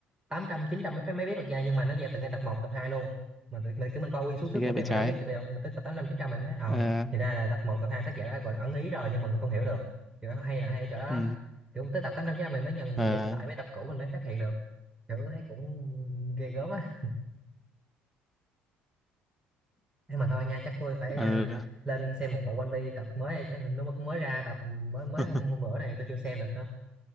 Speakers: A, on the right; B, in the centre.
A: tám trăm chín trăm mới mới biết được ra nhưng mà nó gieo từ ngay tập một tập 2 luôn mà tự- mình cứ mình coi nguyên suốt suốt
B: ghê
A: bộ
B: vậy
A: truyện
B: trái
A: mình đâu biết được đâu mình tới tập tám trăm chín trăm mình thấy ờ
B: ờ
A: thì ra là tập một tập 2 tác giả đã gọi là ẩn ý rồi nhưng mà mình không hiểu được kiểu nó hay là hay ở chỗ đó đó.
B: ừ
A: kiểu tới tập 800 900 mình mới nhận
B: ờ
A: mình nhìn lại mấy tập cũ mình mới phát hiện được kiểu thấy cũng ghê gớm á thế mà thôi nha chắc tôi phải
B: ờ
A: ờ, lên xem một bộ One Piece tập mới này, chắc nó mới mới ra tập mới mới
B: <laughs>
A: hôm, hôm bữa này tôi chưa xem được nữa